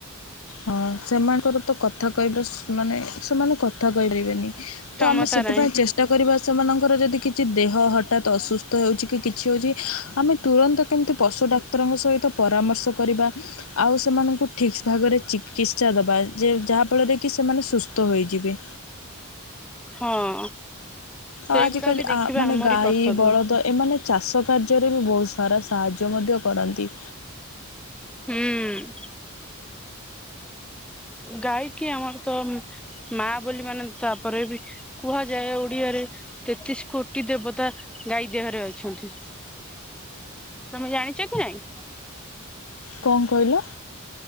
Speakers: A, on the left; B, in the centre.
A: ହଁ ସେମାନଙ୍କର ତ କଥା କହିବା ମାନେ ସେମାନଙ୍କୁ କଥା କହିପାରିବେନି।
B: କ୍ଷମତା
A: ତ ଆମେ ସେଥିପାଇଁ
B: ନାହିଁ
A: ଚେଷ୍ଟା କରିବା ସେମାନଙ୍କର ଯଦି କିଛି ଦେହ ହଠାତ୍ ଅସୁସ୍ଥ ହେଉଛି କି? କିଛି ହେଉଛି ଆମେ ତୁରନ୍ତ କେମିତି ପଶୁ ଡା ଡାକ୍ତରଙ୍କ ସହିତ ପରାମର୍ଶ କରିବା ଆଉ ସେମାନଙ୍କୁ ଠିକ୍ ଭାବରେ ଚିକିତ୍ସା ଦେବା ଯେ ଯାହାଫଳରେ କି ସେମାନେ ସୁସ୍ଥ ହୋଇଯିବେ।
B: ହଁ। ସେଇଗୁଡା
A: ଆଉ ଆଜିକାଲି
B: ବି ଦେଖିବା
A: ଆ ମାନେ
B: ଆମରି
A: ଗାଈ
B: କର୍ତ୍ତବ୍ୟ
A: ବଳଦ ଏମାନେ ଚାଷ କାର୍ଯ୍ୟରେ ବି ବହୁତ ସାରା ସାହାଯ୍ୟ ମଧ୍ୟ କରନ୍ତି।
B: ହୁଁ। ଗାଈ କିି ଆମର ତ ମା ବୋଲି ମାନେ ତାପରେ ବି କୁହାଯାଏ ଓଡିଆରେ ତେତିଶ କୋଟି ଦେବତା ଗାଈ ଦେହରେ ଅଛନ୍ତି। ତମେ ଜାଣିଛ କି ନାଇଁ।
A: କଣ କହିଲ?